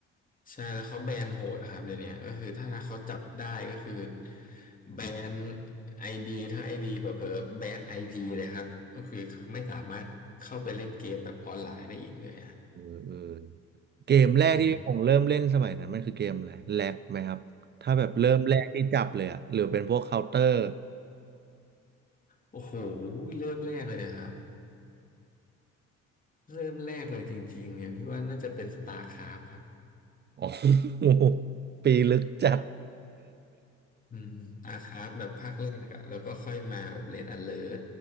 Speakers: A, on the left; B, on the right.
A: ใช่แล้วเขาแบนโหดอะครับเดี๋ยวนี้ก็คือถ้าเขาจับได้ก็คือแบนไอดีถ้าไอดีเผลอๆแบนไอพีเลยครับก็คือเขาไม่สามารถเข้าไปเล่นเกมแบบออนไลน์ได้อีกเลยอะ
B: เออเออเกมแรกที่ผมเริ่มเล่นสมัยนั้นมันคือเกมอะไรแล็กไหมครับถ้าแบบเริ่มแรกที่จับเลยอะหรือเป็นพวกเคาน์เตอร์
A: อืมโอ้โหเริ่มแรกเลยอะครับเริ่มแรกเลยจริงๆเนี่ยพี่ว่าน่าจะเป็น StarCraft ครับ
B: ออ <laughs> ปีลึกจัด <laughs>
A: อืม StarCraft แบบภาคแรกอะแล้วก็ค่อยมาแบบ Red Alert